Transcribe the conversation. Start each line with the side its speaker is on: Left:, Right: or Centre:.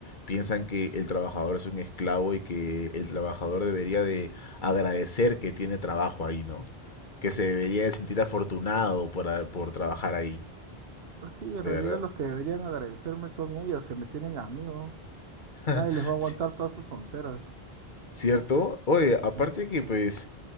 Left: piensan que el trabajador es un esclavo y que el trabajador debería de agradecer que tiene trabajo ahí, ¿no? Que se debería de sentir afortunado por, a- por trabajar ahí,
Right: Pero sí, en
Left: de
Right: realidad
Left: verdad.
Right: los que deberían agradecerme son ellos que me tienen a mí, weón.
Left: <laughs>
Right: Nadie les va a aguantar
Left: Sí,
Right: todas sus onceras.
Left: ¿Cierto? Oye, aparte
Right: Eh,
Left: que pues